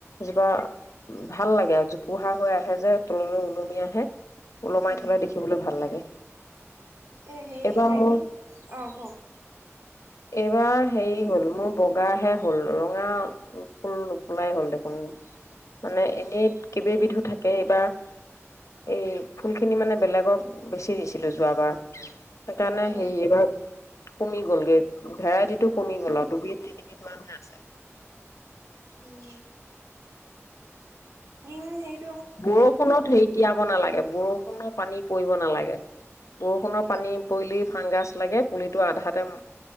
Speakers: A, on the left; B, on the right.
A: এজোপা ভাল লাগে আৰু জোপো হা হৈ আহে যে তললৈ ওলমি আহে ওলমাই
B: উম
A: থ'লে দেখিবলৈ ভাল লাগে।
B: এ, সেই
A: এইবাৰ
B: কি হেংগিং
A: মোৰ
B: অ', কওঁক।
A: এইবাৰ হেৰি হ'ল মোৰ বগাহে হল ৰঙা ফুল নুফুলাই হ'ল দেখোন মানে এনেই কেইববিধো থাকে এইবাৰ এই ফুল খিনি মানে বেলেগক বেচি দিছিলো যোৱাবাৰ। সেইকাৰণে
B: অ
A: হেৰি এইবাৰ কমি গ'লগে ভেৰাইটিটো কমি গ'ল আৰু দুবিধ তিনিবধ মানহে আছে।
B: উম ই
A: বৰষুণত হেৰিতিয়াব নালাগে। বৰষুণৰ পানী পৰিব নালাগে বৰষুণৰ পানী পৰিলেই ফাংগাছ লাগে পুলিটো আধাতোং